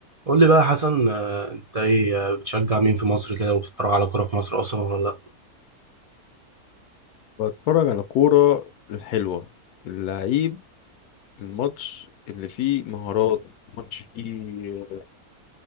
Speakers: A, on the right (about 60°); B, on the left (about 85°).
A: قول لي بقى يا حسن آه، انت ايه آه، بتشجع مين في مصر كده وبتتفرج على كوره في مصر اصلا ولا لا
B: بتفرج على كورة الحلوة اللعيب الماتش اللي فيه مهارات ماتش فيه